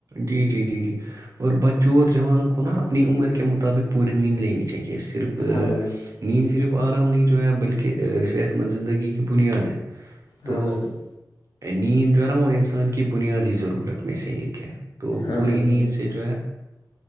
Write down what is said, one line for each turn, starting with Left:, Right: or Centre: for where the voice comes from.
Right: جی جی جی جی اور بچور جوانوں کو نا اپنی عمر کے مطابق پوری نیند لینی تاہ ا یہ صرف
Left: ہاں بھائی جان
Right: نیند صرف آرام نہیں جو ہے بلکہ صحت مند زندگی کی بنیاد ہے
Left: ہاں
Right: تو
Left: بھائی جان
Right: نیند جو ہے نا وہ انسان کی بنیادی ضرورت میں سے ایک ہے تو
Left: ہاں
Right: پوری
Left: بھائی جان
Right: نیند کہ جو ہے